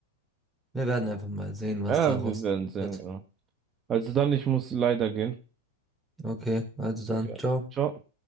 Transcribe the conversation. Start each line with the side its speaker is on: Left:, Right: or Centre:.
Centre: Wir werden einfach mal sehen, was
Right: Ja,
Centre: daraus
Right: wir werden sehen,
Centre: wird.
Right: genau. Also dann, ich muss leider gehen.
Centre: Okay, also dann,
Right: Okay.
Centre: ciao.
Right: Ciao.